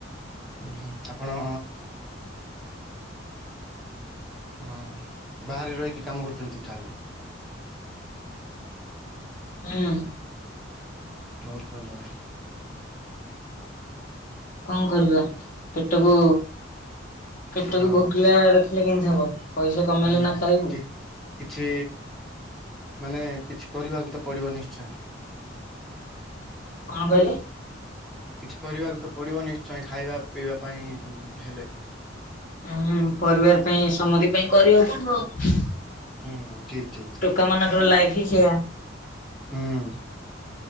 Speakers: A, in the centre; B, on the left.
A: ଉଁ ହୁଁ ଆପଣ ଆପଣ ବାହାରେ ରହିକି କାମ କରୁଚନ୍ତି ତାହାଲେ?
B: ହୁଁ।
A: ବହୁତ ଭଲ ଭାଇ।
B: କଣ କରିବା, ପେଟକୁ ପେଟକୁ
A: ହଁ
B: ଭୋକିଲା ରଖିଲେ କେମିତି ହବ? ପଇସା କମେଇଲେ
A: ହୁଁ
B: ସିନା ଖାଇବୁ।
A: ଠିକ କିଛି ମାନେ କିଛି କରିବାକୁ ତ ପଡିବ ନିଶ୍ଚୟ।
B: କଣ କହିଲେ?
A: କିଛି କରିବାକୁ ତ ପଡିବ ନିଶ୍ଚୟ ଖାଇବା ପିଇବା ପାଇଁ ହେଲେ
B: ହୁଁ ପରିବାର ପାଇଁ ସମତି ପାଇଁ କରିବାକୁ ପଡିବ।
A: ହୁଁ ଠିକ୍ ଠିକ୍।
B: ଟୋକା ମାନଙ୍କର ଲାଇଫ ହିଁ ସେଇଆ
A: ହୁଁ